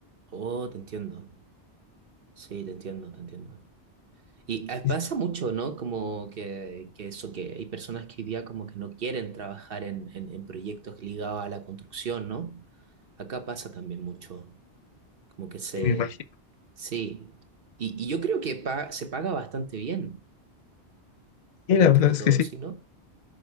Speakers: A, on the right; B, on the left.
A: Oh, te entiendo. Sí, te entiendo, te entiendo. Y eh,
B: Y,
A: pasa mucho, ¿no? Como que, que eso, que hay personas que hoy día como que no quieren trabajar en, en, en proyectos ligados a la construcción, ¿no? Acá pasa también mucho, como que se...
B: y me imagino.
A: Sí, y, y yo creo que pa- se paga bastante bien
B: Y
A: dentro
B: la verdad
A: de
B: es
A: todo,
B: que sí.
A: ¿sí, no?